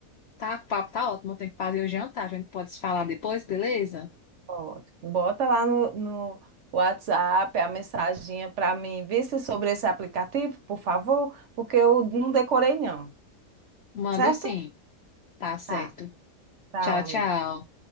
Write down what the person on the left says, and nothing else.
tá, o papo tá ótimo. Eu tenho que fazer o jantar. A gente pode se falar depois, beleza?
Mando
sim. Tá certo.
Tchau,
tchau.